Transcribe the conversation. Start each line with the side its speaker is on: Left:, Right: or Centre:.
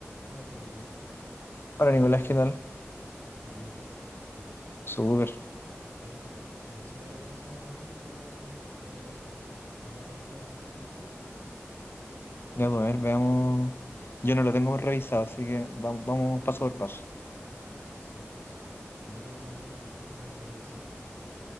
Right: Hola Felipe,
Left: Hola Nicolás, ¿qué tal?
Right: bien y tú.
Left: Súper.
Right: Oye, ¿te parece que repasemos las tácticas de el mapa Inferno en Counter-Strike?
Left: Ya, pues, a ver, veamos. Yo no lo tengo revisado, así que vamos, vamos paso por paso.
Right: Ya, paso por paso. Primero vamos a ver las tácticas de CT,